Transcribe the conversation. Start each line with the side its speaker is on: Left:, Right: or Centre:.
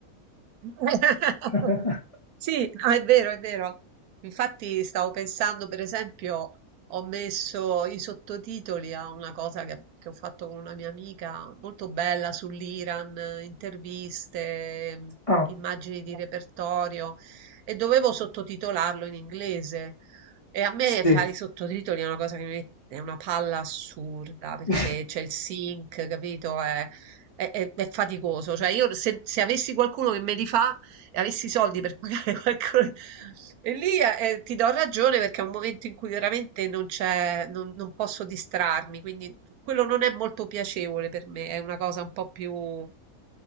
Right: <laughs>
Left: <laughs>
Right: Sì, no, è vero, è vero. Infatti stavo pensando, per esempio, ho messo i sottotitoli a una cosa che, che ho fatto con una mia amica, molto bella sull'Iran, eh, interviste, mh,
Left: Ah,
Right: immagini di repertorio, e dovevo sottotitolarlo in inglese. E a me
Left: sì.
Right: fare i sottotitoli è una cosa che mi è una palla assurda, perché
Left: <laughs>
Right: c'è il sync, capito? È è, è- è faticoso. Cioè, io se, se avessi qualcuno che me li fa e avessi i soldi per pagare <laughs> qualcuno, e lì eh, eh, ti do ragione perché è un momento in cui veramente non c'è, non, non posso distrarmi, quindi quello non è molto piacevole per me, è una cosa un po' più